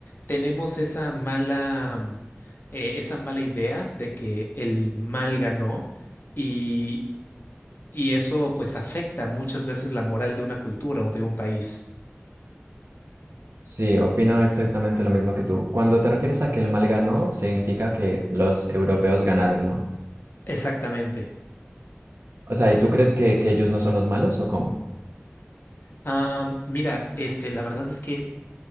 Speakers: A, on the left; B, on the right.
A: tenemos esa mala, mm, eh, esa mala idea de que el mal ganó y, y eso pues afecta muchas veces la moral de una cultura o de un país.
B: Sí, opino exactamente lo mismo que tú. Cuando te refieres a que el mal ganó, significa que los europeos ganaron, ¿no?
A: Exactamente.
B: O sea, ¿y tú crees que, que ellos no son los malos o cómo?
A: Ah, mira, este, la verdad es que